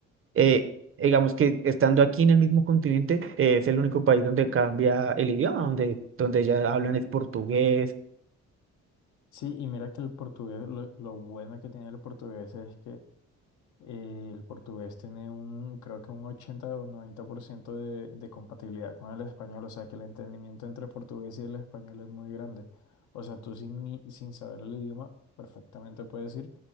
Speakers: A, on the right; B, on the left.
A: eh, digamos que estando aquí en el mismo continente eh, es el único país donde cambia el idioma, donde, donde ya hablan es portugués.
B: Sí, y mira que el portugués, lo, lo bueno que tiene el portugués es que Eh, el portugués tiene un, creo que un 80 o 90% de, de compatibilidad con el español, o sea que el entendimiento entre el portugués y el español es muy grande. O sea, tú sin, ni- sin saber el idioma, perfectamente puedes ir